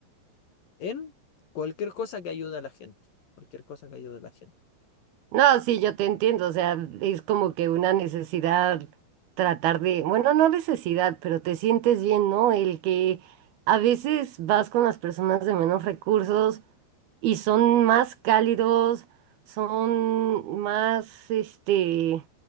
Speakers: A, on the left; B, on the right.
A: en cualquier cosa que ayude a la gente. Cualquier cosa que ayude a la gente.
B: No, sí, yo te entiendo, o sea, es como que una necesidad tratar de, bueno, no necesidad, pero te sientes bien, ¿no? El que a veces vas con las personas de menos recursos y son más cálidos, son más, este,